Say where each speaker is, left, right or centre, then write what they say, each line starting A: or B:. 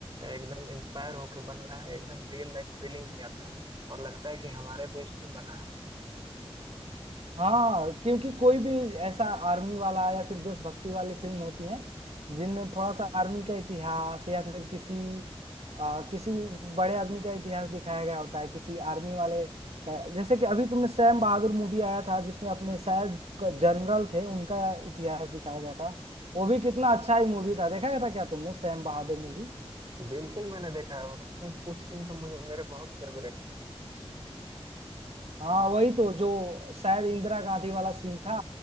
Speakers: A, on the right; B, on the right.
A: एकदम इंस्पायर होके बन रहा है एकदम रियल लाइफ फीलिंग भी आता है और लगता है कि हमारे बेस्ट ही बना है movie।
B: हाँ क्योंकि कोई भी ऐसा आर्मी वाला या फिर देशभक्ति वाली फिल्म होती है जिनमें थोड़ा सा आर्मी का इतिहास या फिर किसी आ, किसी बड़े आदमी का इतिहास दिखाया गया होता है किसी आर्मी वाले का जैसे कि अभी तुमने सैम बहादुर मूवी आया था जिसमें अपने शायद जनरल थे उनका इतिहास दिखाया गया था वो भी कितना अच्छा ही मूवी था देखा गया था क्या तुमने सैम बहादुर मूवी
A: बिल्कुल मैंने देखा है और उसमें कुछ सीन तो मुझे मेरे बहुत फेवरेट है
B: हाँ वही तो जो शायद इंदिरा गांधी वाला सीन था